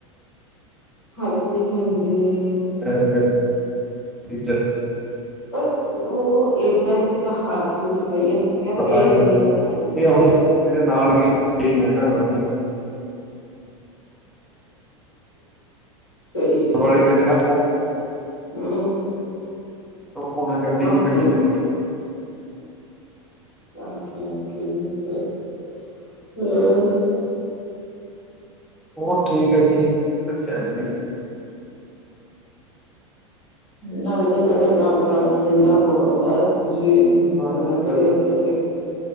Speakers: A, on the left (about 85°); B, in the centre.
A: ਹਾਂਜੀ, ਹਾਂਜੀ।
B: <unintelligible>
A: <unintelligible> ਹੱਥ ਵਿੱਚ ਪਈ ਕਹਿੰਦੇ
B: ਆਈ
A: ਇੰਨੀ
B: ਆ
A: ਔਕਾਤ
B: <unintelligible> ਮੇਰੇ ਨਾਲ ਗਈਆਂ <unintelligible>
A: ਸਹੀ। ਹੈ
B: ਘਰਵਾਲੀ ਕਿਤੇ <unintelligible>
A: ਹਾਂ
B: ਹੁਣ ਗੱਡੀ ਚ
A: ਆਹੋ
B: ਪਈ <unintelligible>
A: <unintelligible>
B: ਹੋਰ ਠੀਕ ਹੈ ਜੀ, ਅੱਛਾ ਹੈ ਜੀ
A: ਨਾਲੇ ਥੋੜੇ ਕੰਮ ਕਾਰ ਠੰਡਾ ਬਹੁਤ ਹੈ,
B: ਬਿਲ-
A: ਤੁਸੀਂ ਆਨਾ ਕਦੇ ਇੱਧਰ ਤੇ